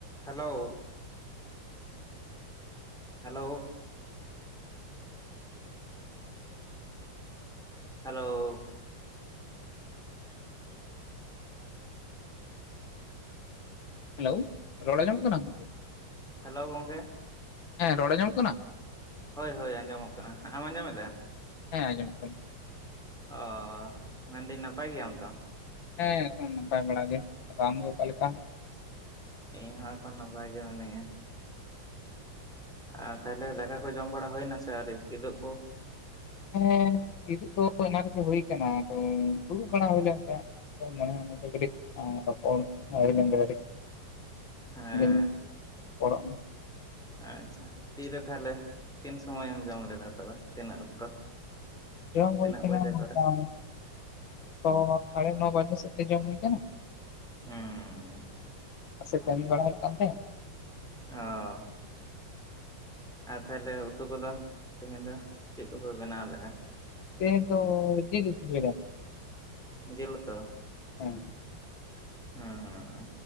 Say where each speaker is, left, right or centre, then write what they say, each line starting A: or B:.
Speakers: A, in the centre; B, on the left.
A: ᱦᱮᱞᱳ ᱦᱮᱞᱳ ᱦᱮᱞᱳ
B: ᱦᱮᱞᱳ ᱨᱚᱲ ᱟᱸᱡᱚᱢ ᱠᱟᱱᱟ?
A: ᱦᱮᱞᱳ ᱜᱚᱢᱠᱮ᱾
B: ᱦᱮᱸ ᱨᱚᱲ ᱟᱸᱡᱚᱢᱚᱜ ᱠᱟᱱᱟ?
A: ᱦᱳᱭ ᱦᱳᱭ ᱟᱸᱡᱚᱢᱚᱜ ᱠᱟᱱᱟ, ᱟᱢ ᱟᱸᱡᱚᱢ ᱮᱫᱟ?
B: ᱦᱮᱸ ᱟᱸᱡᱚᱢᱚᱜ ᱠᱟᱱᱟ᱾
A: ᱚᱻ ᱢᱮᱱᱫᱟᱹᱧ ᱱᱟᱯᱟᱭ ᱜᱮᱭᱟᱢ ᱛᱚ?
B: ᱦᱮᱸ ᱮᱠᱷᱚᱱ ᱱᱟᱯᱟᱭ ᱵᱟᱲᱟ ᱜᱮ, ᱟᱫᱚ ᱟᱢ ᱜᱮ ᱚᱠᱟ ᱞᱮᱠᱟ?
A: ᱤᱧ ᱦᱚᱸ ᱮᱠᱷᱚᱱ ᱱᱟᱯᱟᱭ ᱜᱮ ᱢᱮᱱᱟᱹᱧᱟ᱾ ᱟᱨ ᱛᱟᱦᱚᱞᱮ ᱫᱟᱠᱟ ᱠᱚ ᱡᱚᱢ ᱵᱟᱲᱟ ᱦᱩᱭ ᱮᱱᱟ ᱥᱮ ᱟᱹᱣᱨᱤ ᱠᱤᱫᱩᱵ ᱠᱚ?
B: ᱦᱮᱸ ᱠᱤᱫᱩᱵ ᱫᱚ ᱮᱱᱟᱝ ᱨᱮᱜᱮ ᱦᱩᱭ ᱟᱠᱟᱱᱟ ᱾ ᱟᱫᱚ ᱫᱩᱲᱩᱵ ᱵᱟᱲᱟ ᱦᱩᱭ ᱞᱮᱱ ᱛᱟᱦᱮᱸᱫ᱾ ᱦᱮ ᱱᱚᱜᱼᱚᱭ ᱱᱚᱰᱮ ᱠᱟᱴᱤᱡ ᱨᱚᱯᱚᱲ ᱦᱩᱭ ᱞᱮᱱ ᱜᱮ ᱠᱟᱴᱤᱡ ᱾
A: <inaudible> ᱦᱮᱸ ᱾
B: <unintelligible>
A: ᱟᱪᱪᱷᱟ, ᱛᱤᱨᱮ ᱛᱟᱦᱚᱞᱮ ᱛᱤᱱ ᱥᱩᱢᱚᱭᱮᱢ ᱡᱚᱢ ᱞᱮᱫᱟ ᱛᱚᱵᱮ ᱛᱤᱱᱟᱹᱜ ᱚᱠᱛᱚ?
B: ᱡᱚᱢ
A: ᱛᱤᱱᱟᱹᱜ
B: ᱦᱩᱭ ᱟᱠᱟᱱᱟ
A: ᱵᱟᱡᱮ
B: <unintelligible>
A: ᱠᱚᱨᱮ
B: ᱛᱚ ᱥᱟᱲᱮ ᱱᱚ ᱵᱟᱡᱮ ᱥᱮᱫ ᱛᱮ ᱡᱚᱢ ᱦᱩᱭ ᱟᱠᱟᱱᱟ᱾
A: ᱦᱩᱸᱻ
B: <unintelligible> ᱠᱟᱹᱢᱤ ᱵᱟᱲᱟ ᱦᱩᱭᱩᱜ ᱠᱟᱱ ᱛᱮ ᱾
A: ᱚᱻ ᱟᱨ ᱛᱟᱦᱚᱞᱮ ᱩᱛᱩ ᱠᱚᱫᱚ ᱛᱮᱦᱤᱧ ᱫᱚ ᱪᱮᱫ ᱠᱚᱯᱮ ᱵᱮᱱᱟᱣ ᱞᱮᱫᱼᱟ?
B: ᱛᱮᱦᱮᱧ ᱫᱚ ᱡᱤᱞ ᱩᱛᱩ <unintelligible>
A: ᱡᱤᱞ ᱩᱛᱩ
B: ᱦᱮᱸ
A: ᱾ <inaudible> ᱦᱚᱸ